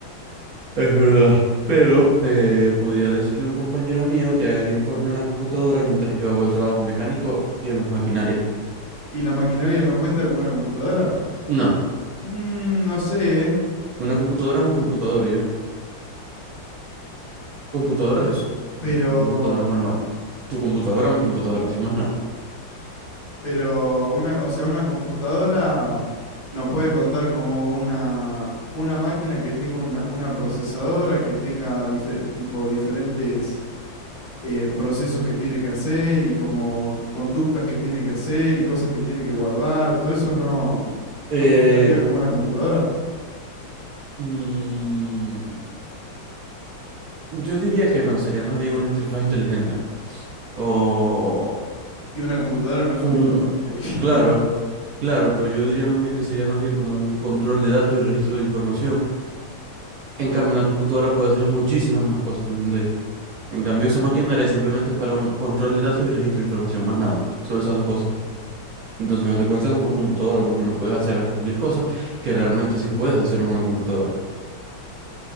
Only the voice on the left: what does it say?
¿Y la maquinaria no cuenta como una computadora?
Mm, no sé, ¿eh?
Pero,
pero una, o sea, una computadora no puede contar como una, una máquina que tenga una, una procesadora, que tenga difer- tipo diferentes eh, procesos que tiene que hacer y como conductas que tiene que hacer y cosas que tiene que guardar. Todo eso no, no
contaría como una computadora.
Y una computadora no es
una interfaz inteligente.